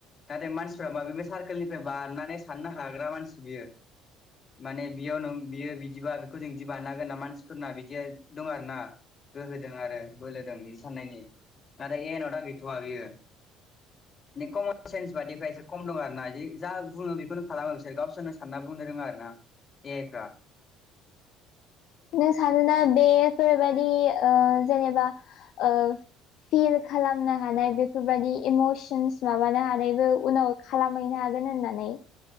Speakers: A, on the left; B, on the left.
A: नाथाय मानसिफ्रा माबेब सार्कोलनिफ्राय बारनानै साननो हाग्रा मानसि बियो माने बेयाव न बियो बिदिबा बेखौ जों बिदि बानो हागोन ना मानसिफोरना बिदि दं आरो ना गोहोदों आरो बोलोदों बिदि साननायनि आरो एनाव दा गैथवा बियो कमन सेन्स बादि एसे खम दं आरो ना जा बुङो बेखौनो खालामो बिसोर गावसोरनो सानना बुंनो रोङा आरो ना ए आइफ्रा <inaudible>
B: नों सानोना बेफोरबादि ओ जेनेबा ओ फिल खालामनो हानाय बेफोरबायदि इमसन्स माबानो हानायबो उनाव खालामहैनो हागोन हागोन होननानै